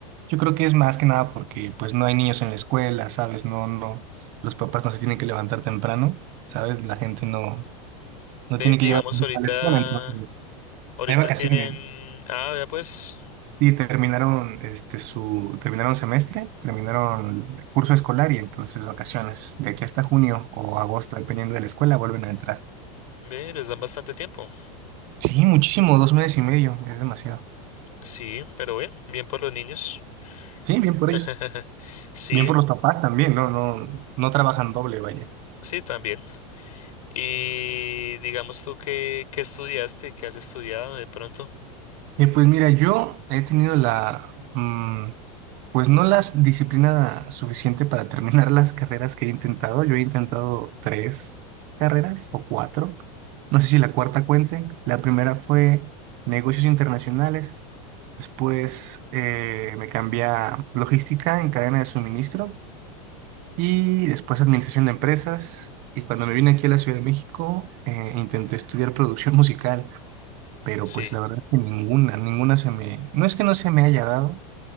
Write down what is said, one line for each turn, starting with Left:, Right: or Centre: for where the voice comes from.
Right: Yo creo que es más que nada porque pues no hay niños en la escuela, ¿sabes? No, no, los papás no se tienen que levantar temprano, ¿sabes? La gente no,
Left: ve,
Right: no tiene
Left: digamos
Right: que llevar a sus
Left: ahorita,
Right: hijos a la escuela, entonces
Left: ahorita
Right: hay vacaciones.
Left: tienen, ah, vea pues,
Right: Sí, terminaron este su terminaron semestre, terminaron el curso escolar y entonces vacaciones. De aquí hasta junio o agosto, dependiendo de la escuela, vuelven a entrar.
Left: ve, les dan bastante tiempo.
Right: Sí, muchísimo, dos meses y medio, es demasiado.
Left: Sí, pero bien, bien por los niños.
Right: Sí, bien por
Left: <laughs>
Right: ellos.
Left: Sí,
Right: Bien por los papás también, no, no, no trabajan doble, vaya.
Left: sí, también. Y digamos tú qué, qué estudiaste, qué has estudiado de pronto.
Right: Eh, pues mira, yo he tenido la, mm, pues no la s- disciplina suficiente para terminar <laughs> las carreras que he intentado. Yo he intentado tres carreras o cuatro. No sé si la cuarta cuente. La primera fue negocios internacionales. Después eh, me cambié a logística en cadena de suministro y después administración de empresas. Y cuando me vine aquí a la Ciudad de México, eh, intenté estudiar producción <laughs> musical pero
Left: Sí,
Right: pues la verdad es que ninguna, ninguna se me, no es que no se me haya dado,